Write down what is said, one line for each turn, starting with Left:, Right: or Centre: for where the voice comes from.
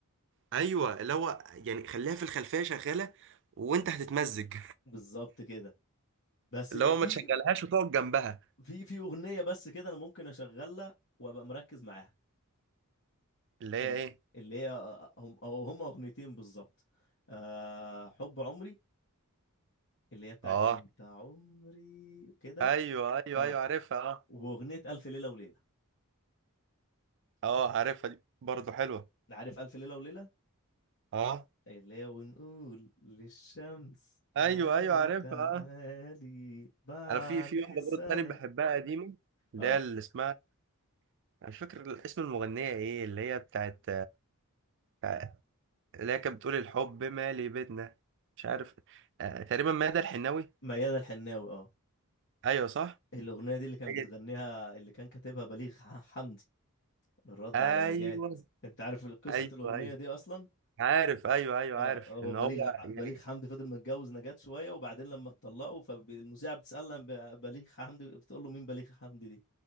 Right: ايوه اللي هو يعني خليها في الخلفية شغالة وانت هتتمزج
Left: بالظبط كده
Right: <laughs>
Left: بس
Right: اللي
Left: في
Right: هو ما تشغلهاش وتقعد جنبها
Left: في في أغنية بس كده أنا ممكن أشغلها وأبقى مركز معاها
Right: اللي هي
Left: ال-
Right: ايه
Left: اللي هي هم أو هم أغنيتين بالظبط أه حب عمري اللي هي بتاعت
Right: اه
Left: أنت عمري كده
Right: ايوه ايوه
Left: أه
Right: ايوه عارفها اه
Left: وأغنية ألف ليلة وليلة
Right: اه عارفها دي برضه حلوة
Left: عارف ألف ليلة وليلة
Right: اه
Left: اللي هي ونقول للشمس تعالي
Right: ايوه ايوه عارفها
Left: تعالي
Right: اه
Left: بعد
Right: انا في في واحدة
Left: سنة
Right: برضه تاني بحبها قديمة اللي
Left: اه
Right: هي اللي اسمها انا مش فاكر اسم المغنية ايه اللي هي بتاعت بتاع- اللي هي كانت بتقول الحب مالي بيتنا مش عارف آه تقريبا ماذا الحناوي
Left: ميادة الحناوي اه
Right: ايوه صح
Left: الأغنية دي اللي كان
Right: هي
Left: بتغنيها
Right: دي
Left: اللي كان كاتبها بليغ ح- حمدي الرد
Right: ايوه
Left: على نجاة انت عارف قصة
Right: ايوه
Left: الأغنية
Right: ايوه
Left: دي أصلا
Right: عارف ايوه ايوه
Left: اه
Right: عارف
Left: هو
Right: ان
Left: بليغ
Right: هو يعني
Left: بليغ حمدي فضل متجوز نجاة شوية وبعدين لما اتطلقوا فالمذيعة بتسأل عن ب- بليغ حمدي بتقول له مين بليغ حمدي دي